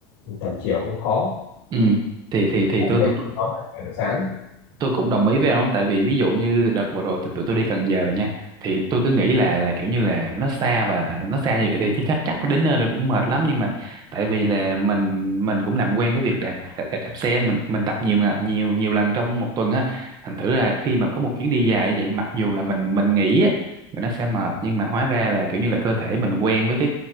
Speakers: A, on the left (about 80°); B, on the right (about 30°).
A: tầm chiều cũng khó
B: ừ thì thì thì
A: cảm
B: tôi
A: thấy
B: tôi tôi
A: khó mà chạy buổi sáng
B: tôi cũng đồng ý với ông tại vì ví dụ như đợt vừa rồi tụi tụi tôi đi Cần Giờ nha thì tôi cứ nghĩ là là kiểu như là nó xa và nó xa như vậy thì chắc chắc chắc đến nơi rồi cũng mệt lắm nhưng mà tại vì là mình mình cũng làm quen với việc đạp đạp, đạp, đạp xe mình mình tập nhiều ngà- nhiều nhiều lần trong một tuần á thành thử là khi mà có một chuyến đi dài như vậy mặc dù là mình mình nghĩ á là nó sẽ mệt nhưng mà hóa ra là kiểu như là cơ thể mình quen với cái